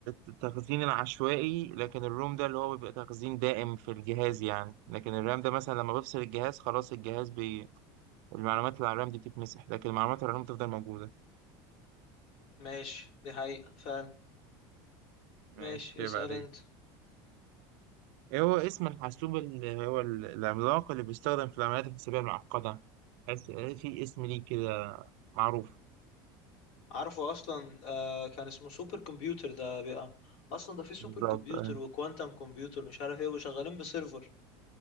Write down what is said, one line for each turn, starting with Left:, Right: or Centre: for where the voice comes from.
Right: التخزين العشوائي لكن الروم ده اللي هو بيبقى تخزين دائم في الجهاز يعني لكن الرام ده مثلا لما بفصل الجهاز خلاص الجهاز بي... المعلومات اللي على الرام دي بتتمسح لكن المعلومات على الروم تفضل موجودة
Left: ماشي دي حقيقة فعلا
Right: ماشي
Left: ماشي
Right: يبقى
Left: اسأل
Right: عليك
Left: انت
Right: ايه هو اسم الحاسوب اللي هو ال- العملاق اللي بيستخدم في العمليات الحسابية المعقدة؟ حاسس في اسم ليه كده معروف
Left: عارفه اصلا آه كان اسمه سوبر كمبيوتر ده بقى اصلا ده في سوبر
Right: بالظبط
Left: كمبيوتر
Right: أيوة
Left: وكوانتم كمبيوتر مش عارف ايه وشغالين بسيرفر